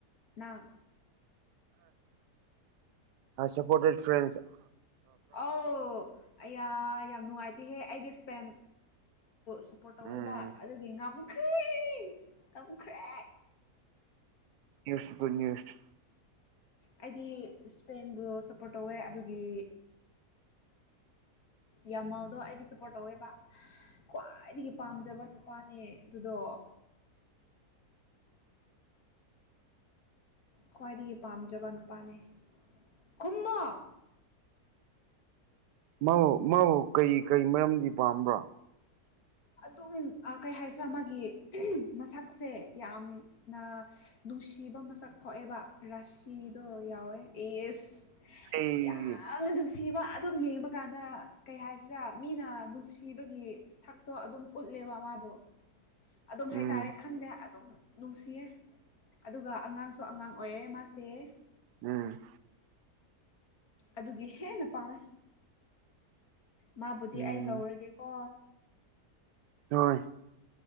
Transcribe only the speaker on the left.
ꯅꯍꯪ
ꯑꯧ ꯑꯩꯌꯥ ꯌꯥꯝ ꯅꯨꯡꯉꯥꯏꯇꯦꯍꯦ ꯑꯩꯗꯤ ꯁ꯭ꯄꯦꯟ ꯁꯞꯄꯣꯔꯠ ꯇꯧꯋꯦꯕ
ꯑꯗꯨꯗꯤ ꯉꯝꯈ꯭ꯔꯦ ꯉꯝꯈ꯭ꯔꯦ
ꯑꯩꯗꯤ ꯁ꯭ꯄꯦꯟꯕꯨ ꯁꯞꯄꯣꯔꯠ ꯇꯧꯋꯦ ꯑꯗꯨꯒꯤ ꯌꯥꯝꯃꯜꯗꯣ ꯑꯩꯗꯤ ꯁꯞꯄꯣꯔꯠ ꯇꯧꯋꯦꯕ ꯈ꯭ꯋꯥꯏꯗꯒꯤ ꯄꯥꯝꯖꯕ ꯅꯨꯄꯥꯅꯦ ꯑꯗꯨꯗꯣ ꯈ꯭ꯋꯥꯏꯗꯒꯤ ꯄꯥꯝꯖꯕ ꯅꯨꯄꯥꯅꯦ ꯈꯨꯝꯃꯣ
ꯑꯗꯨ ꯀꯩ ꯍꯥꯏꯁꯤꯔꯥ ꯃꯥꯒꯤ ꯃꯁꯛꯁꯦ ꯌꯥꯝꯅ ꯅꯨꯡꯁꯤꯕ ꯃꯁꯛ ꯊꯣꯛꯑꯦꯕ ꯔꯥꯁꯤꯗꯣ ꯌꯥꯎꯋꯦ ꯑꯦ ꯑꯦꯁ
ꯌꯥꯝꯅ ꯅꯨꯡꯁꯤꯕ ꯑꯗꯨꯝ ꯌꯦꯡꯕ ꯀꯥꯟꯗ ꯀꯩ ꯍꯥꯏꯁꯤꯔꯥ ꯃꯤꯅ ꯅꯨꯡꯁꯤ ꯊꯤꯕꯒꯤ ꯁꯛꯇꯣ ꯑꯗꯨꯝ ꯎꯠꯂꯦꯕ ꯃꯥꯗꯣ ꯑꯗꯨꯝ ꯍꯥꯏꯇꯥꯔꯦ
ꯈꯪꯗꯦ ꯑꯗꯨꯝ ꯅꯨꯡꯁꯤꯌꯦ ꯑꯗꯨꯒ ꯑꯉꯥꯡꯁꯨ ꯑꯉꯥꯡ ꯑꯣꯏꯔꯦ ꯃꯥꯁꯦ
ꯑꯗꯨꯒꯤ ꯍꯦꯟꯅ ꯄꯥꯝꯃꯦ ꯃꯥꯕꯨꯗꯤ
ꯑꯩ ꯂꯧꯔꯒꯦꯀꯣ